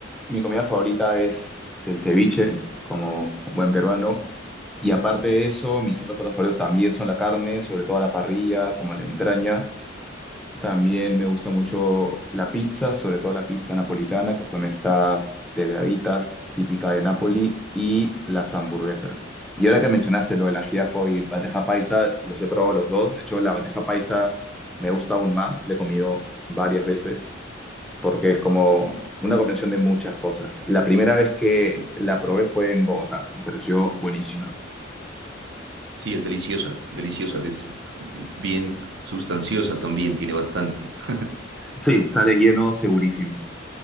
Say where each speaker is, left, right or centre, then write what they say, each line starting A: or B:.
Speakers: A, in the centre; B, on the right (about 60°).
A: Mi comida favorita es, es el ceviche, como buen peruano. Y aparte de eso, mis otros platos favoritos también son la carne, sobre todo a la parrilla, como la entraña. También me gusta mucho la pizza, sobre todo la pizza napolitana, que son estas delgaditas típicas de Nápoli, y las hamburguesas. Y ahora que mencionaste lo del ajiaco y el bandeja paisa, los he probado los dos. De hecho, la bandeja paisa me gusta aún más, la he comido varias veces, porque es como una combinación de muchas cosas. La primera vez que
B: Sí,
A: la probé fue en Bogotá, me pareció buenísima.
B: sí, es deliciosa, deliciosa, es bien sustanciosa también, tiene bastante. <laughs>
A: Sí, sale lleno, segurísimo.